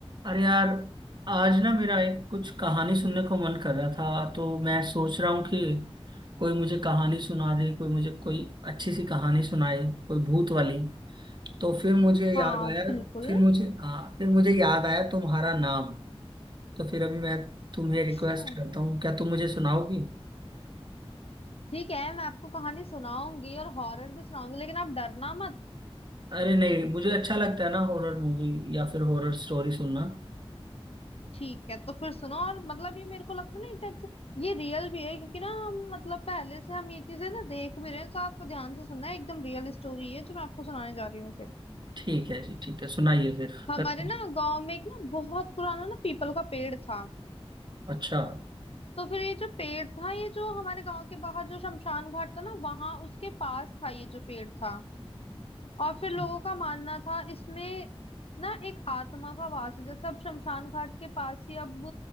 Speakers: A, on the right; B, on the left.
A: अरे यार आज ना मेरा एक कुछ कहानी सुनने को मन कर रहा था तो मैं सोच रहा हूँ कि कोई मुझे कहानी सुना दे कोई मुझे कोई अच्छी सी कहानी सुनाए कोई भूत वाली तो फिर मुझे
B: हाँ
A: याद आया
B: बिल्कुल
A: फिर मुझे हाँ फिर मुझे याद आया तुम्हारा नाम तो फिर अभी मैं तुम्हें
B: अच्छा
A: रिक्वेस्ट करता हूँ क्या तुम मुझे सुनाओगी
B: ठीक है मैं आपको कहानी सुनाऊंगी और हॉरर भी सुनाऊंगी लेकिन आप डरना मत
A: अरे नहीं मुझे अच्छा लगता है ना हॉरर मूवी या फिर हॉरर स्टोरी सुनना
B: ठीक है तो फिर सुनो और मतलब ये मेरे को लगता है ना एक टाइप से ये रियल भी है क्योंकि ना हम मतलब पहले से हम ये चीजें ना देख भी रहे हैं तो आपको ध्यान से सुनना है एकदम रियल स्टोरी है जो मैं आपको सुनाने जा रही हूँ फिर
A: ठीक है जी ठीक है सुनाइए फिर
B: हमारे
A: करते हैं।
B: ना गांव में एक ना बहुत पुराना ना पीपल का पेड़ था
A: अच्छा
B: तो फिर ये जो पेड़ था ये जो हमारे गांव के बाहर जो शमशान घाट था ना वहां उसके पास था ये जो पेड़ था और फिर
A: ठीक।
B: लोगों का मानना था इसमें ना एक आत्मा का वास है जैसे अब शमशान घाट के पास ही अब